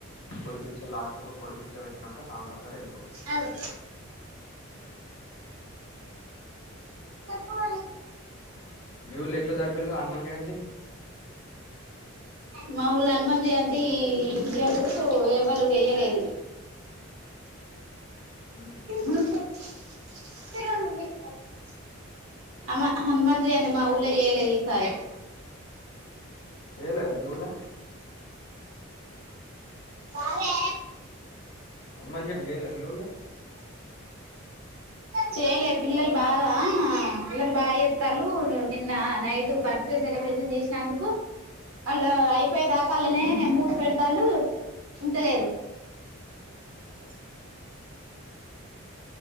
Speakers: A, on the left; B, on the right.
A: పొడి బిక్ష లాస్ట్ కు పొడి బిక్ష పెట్టినంక సాములు అందరు ఎళ్
B: అరో కోడి
A: మీవుళ్ళ ఎట్ల జరపు పిల్లు హనుమాన్ జయంతీ
B: మా ఊళ్లా హనుమాన్ జయంతీ ఈ ఇయరు ఎవరు వేయలేదు
A: ఉమ్.
B: మ్ <unintelligible> హమా హనుమంత జయంతి మా ఊర్ల జయలేదు ఈసారి
A: చేయలేదా మీ ఊళ్ళ
B: కాాల
A: హనుమాన్ జయతి జేయలే మీ ఊర్లే
B: చేయలే పిల్లలు బాగా అల్లరి బాగా చేత్తరు. నిన్న నైట్ బర్త్డే సెలబ్రేషన్ చేసినందుకు వాళ్ళు అయి పోయేదాకా అళ్నే మూసి పెడతండు ఇంటలేరు. ఉ